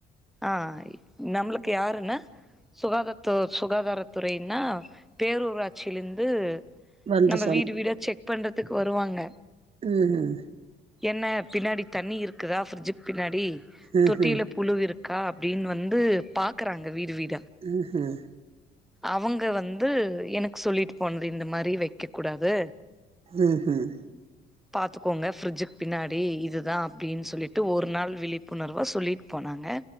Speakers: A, in the centre; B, on the right.
A: ஆ நம்மளுக்கு யாருன்னா சுகாதாத்து சுகாதாரத் துறைனா பேரூராட்சியில இருந்து
B: வந்து
A: நம்ம
B: சொன்ன
A: வீடு வீட செக் பண்றதுக்கு வருவாங்க
B: ம் ம்
A: என்ன பின்னாடி தண்ணி இருக்குதா ஃப்ரிட்ஜிக்கு பின்னாடி
B: ம்
A: தொட்டியில
B: ம்
A: புழு இருக் கா அப்படின்னு வந்து பாக்குறாங்க வீடு வீடு
B: ம் ம்
A: அவங்க வந்து எனக்கு சொல்லிட்டு போனது இந்த மாரி வைக்க கூடாது
B: ம் ம்
A: பார்த்துக்கோங்க ஃபரிட்ஜிக்கு பின்னாடி இதுதா அப்படின்னு சொல்லிட்டு ஒரு நாள் விழிப்புணர்வா சொல்லிட் போனாங்க